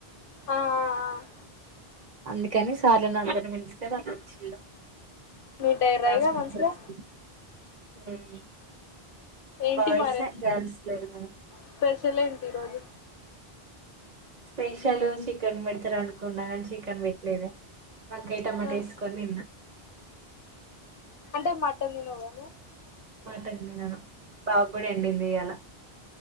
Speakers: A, on the left; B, on the right.
A: ఆ ఆ
B: అందుకని స్ సార్లు నన్ను మిలిస్తే వాళ్ళు వొచ్చిళ్లు
A: మీట్
B: మా
A: అయ్యిర్రా
B: క్లాస్మేట్స్
A: ఇగ మంచిగా
B: వొచ్చిళ్లు ఉ
A: ఏంటి
B: బాయ్స్
A: మరి
B: ఏ గర్ల్స్ లేరు గని
A: స్పెషల్ ఏంటి ఈరోజు
B: స్పెషల్ చికన్ పెడతరు అనుకున్నా చికన్ పెట్లేదు వంకాయ టమాటా
A: ఆ
B: ఏసుకొని తిన్న
A: ట మటన్ తినవ్గా నువ్వు
B: మటన్ తినను బావక్ కుడ ఎండింది ఇయాళ